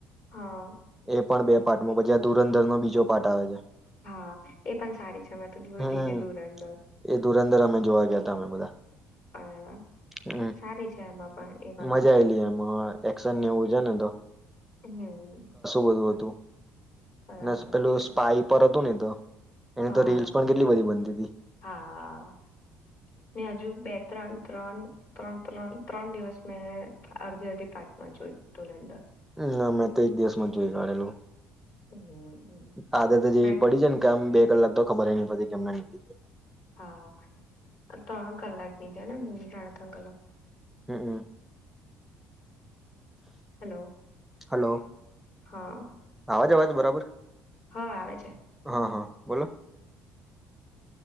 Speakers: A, on the left; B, in the centre.
A: હા.
B: એ પણ બે પાર્ટમાં પછી આ ધુરંધર નો બીજો પાર્ટ આવે છે.
A: હા એ પણ સારી છે મેં તો જોઈ
B: હમ્મ.
A: લીધી ધુરંદર
B: એ ધુરંધર અમે જોવા ગયા તા અમે બધા.
A: અરે વાહ
B: હમ્મ
A: સારી છે એમાં પણ એ પણ
B: મજા આયલી એમાં એક્શન એવું છે ને તો.
A: હમ
B: બોલું હતું.
A: બરાબર
B: નસ પેલું
A: છે
B: સ્પાઈ પર હતું ને <inaudible>
A: હા
B: તો રીલ્સ પણ કેટલી બધી બનતી હતી
A: હા હજુ બે ત્રણ ત્રણ ત્રણ ત્રણ. ત્રણ દિવસ મેં અડધી અડધી પાાર્ટમાં જોય ધુરંદર
B: ના મેં તો એ દિવસમાં જ જોઈ કાઢેલું
A: હમ
B: આદતે જેવી
A: મેં
B: પડી જ ને કેમ બે. કલાક તો ખબર નહીં પડતી કેમ ના કળી જાયે
A: હા ત્રણ કલાક ની છે ને મૂવી સાડા ત્રણ કલાક.
B: હમ્મ હમ્મ
A: હલો.
B: હલો.
A: હા.
B: અવાજ અવાજ બરાબર
A: હા આવે છે.
B: હા હા બોલો.